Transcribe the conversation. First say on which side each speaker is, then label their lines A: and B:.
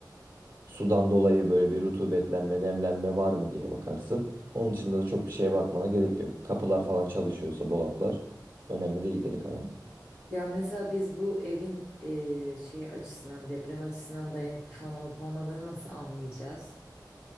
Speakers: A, on the right; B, on the left.
A: Sudan dolayı böyle bir rutubetlenme, nemlenme var mı diye bakarsın. Onun dışında da çok bir şeye bakmana gerek yok. Kapılar falan çalışıyorsa dolaplar önemli değil geri kalanı.
B: Ya mesela biz bu evin e, şey açısından deprem açısından dayanıklı falan olup olmadığını nasıl anlayacağız?